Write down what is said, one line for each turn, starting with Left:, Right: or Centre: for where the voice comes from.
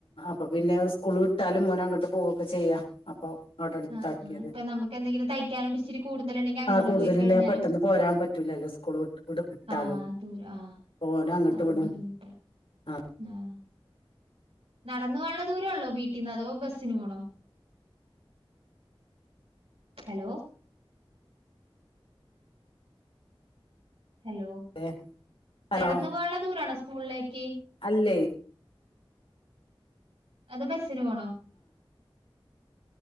Left: പ്പൊ പിന്നെ സ്കൂള് വിട്ടാലും മോനങ്ങട്ട് പോവൊക്കെ ചെയ്യാ അപ്പൊ അവിടെ അടുത്താക്കിയത്
Right: ആഹ് ആ ഇപ്പൊ നമുക്ക് എന്തെങ്കിലും തയ്ക്കാനും ഇച്ചിരി കൂടുതല് ഇണ്ടെങ്കിൽ അങ്ങോട്ട്
Left: ആ കൂടുതലുണ്ടെ
Right: പോയിക്കഴിഞ്ഞാലും
Left: പെട്ടെന്ന് പോരാൻ പറ്റൂലല്ലോ സ്കൂൾ വിട്ട് വിട് വിട്ടാലും
Right: ആഹ് ദൂര ആഹ്
Left: ഓനെ അങ്ങട്ട്
Right: അതും
Left: വിടും
Right: ബുദ്ധിമുട്ട
Left: ആ
Right: ആഹ് നടന്നു പോവാള്ള ദൂരംള്ളോ വീട്ടിന്ന് അതോ ബസിനു പോണോ ഹലോ ഹലോ
Left: അതെ ഹലോ
Right: നടന്നു പോവാൻള്ള ദൂരാണോ സ് സ്കൂളിലേക്ക്
Left: ഇല്ലേ
Right: അത ബസിന് പോണോ?